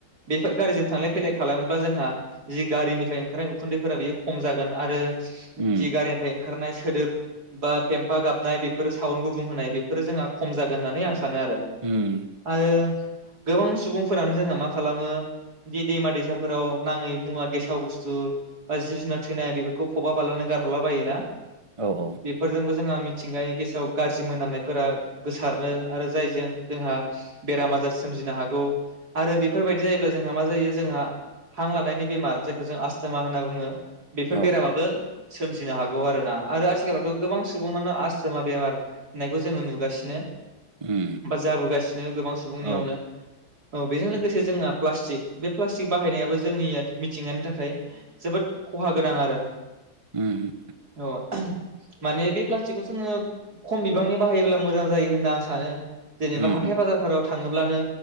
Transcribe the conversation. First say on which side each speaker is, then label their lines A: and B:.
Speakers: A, on the right; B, on the right.
A: बेफोर गारिजों थांलाय फैलाय खालामोब्ला जोंहा जि गारिनिफ्राय ओंखारनाय उखुन्दैफोरा बेयो खम जागोन आरो
B: उम
A: जि गारि निफ्राय ओंखारनाय सोदोब बा पेम्फा गाबनाय बे फोरो साउन गुबुं होनाय बेफोर जोंहा खम जागोन होनानै आं सानो सानो आरो
B: औ
A: आरो गोबां सुबुंफोरानो जोंहा मा खालामो दि दैमा दैसाफोराव नाङै मुवा गेसाव बुस्थु बा जिब जुनार थैनाय बेफोरखौ फबा बालानानै गारहरला बायो ना?
B: औ
A: बेफोरजोंबो जोंहा मि मिथिंगानि गेसाव गाज्रि मोनामनायफोरा गोसारनो आरो जायजों जोंहा बेराम आजार सोमजिनो हागौ आरो बेफोरबायदि जायोब्ला जोंहा मा जायो जोंहा हांलानायनि बेमार जायखौ जों आस्थोमा होनना बुङो। बेफोर
B: औ
A: बेरामाबो सोमजिनो हागौ आरोना। आरो आथिखालावथ' गोबां सुबुंनानो आस्थ थोमा बेमार होननायखौ जोङो नुगासिनो
B: उम
A: बा जाबोगासिनो गोबां सुबुंनियावनो
B: औ उम औ
A: औ बेजों लोगोसे जोंहा प्लास्टिक बे प्लास्टिक बाहायनायाबो जोंनिया मिथिंगानि थाखाय जोबोद खहा गोनां आरो
B: उम
A: औ माने बे प्लास्टिकखौ जोङो खम बिबांनि बाहायोब्ला मोजां जायो होनना आं सानो। जेनेबा
B: उम
A: हाथाय बाजारफोराव थाङोब्लानो